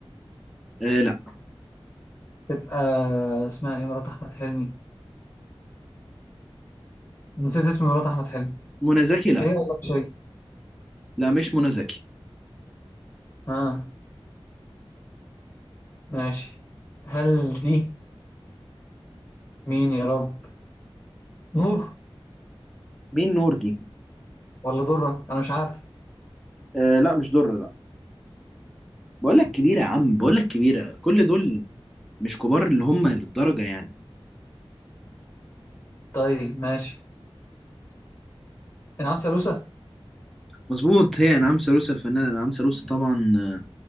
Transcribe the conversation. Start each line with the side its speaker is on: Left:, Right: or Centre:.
Centre: آه لا
Left: تبقى آه، اسمها ايه مرات احمد حلمي نسيت اسم مرات احمد حلمي
Centre: منى زكي لا
Left: هي ولا مش هي
Centre: لا مش منى زكي
Left: ها ماشي هل دي مين يا رب نور
Centre: مين نور دي
Left: ولا ضرة انا مش عارف
Centre: آه لا مش در لا بقول لك كبيرة يا عم بقول لك كبيرة كل دول مش كبار اللي هم للدرجة يعني
Left: طيب ماشي انعام سالوسة
Centre: مظبوط هي انعام سالوسة الفنانة انعام سالوسة طبعا آه،